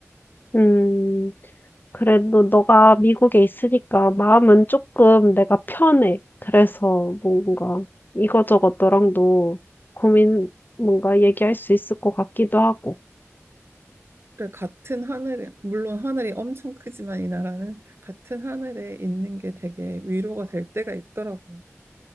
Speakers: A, on the left (about 40°); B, on the right (about 55°).
A: 음, 그래도 너가 미국에 있으니까 마음은 조금 내가 편해. 그래서 뭔가 이거저것 너랑도 고민 뭔가 얘기할 수 있을 것 같기도 하고.
B: 그래, 같은 하늘에, 물론 하늘이 엄청 크지만 이 나라는 같은 하늘에 있는 게 되게 위로가 될 때가 있더라고.